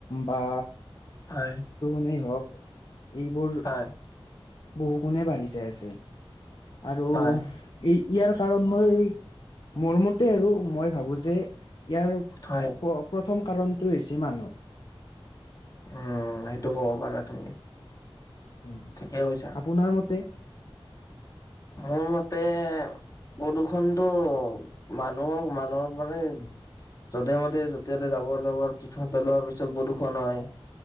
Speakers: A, on the left; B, on the left.
A: বা
B: হয়।
A: নে হওক এইবোৰ
B: হয়
A: বহু গুণে বাঢ়ি যাই আছে আৰু
B: হয়
A: এই ইয়াৰ কাৰণ মই মোৰ মতে আৰু মই ভাবো যে ইয়াৰ
B: হয়
A: প্ৰথম কাৰণটো হৈছে মানুহ
B: উম সেইটো কব পাৰা তুমি!
A: উম
B: ঠিকে কৈছা
A: আপোনাৰ মতে
B: মোৰ মতে প্ৰদূষণটো মানুহৰ মানুহৰ মানে যধে মধে য'তে ততে জাবৰ জাবৰ পিঠ পেলোৱাৰ পিছত প্ৰদূষণ হয়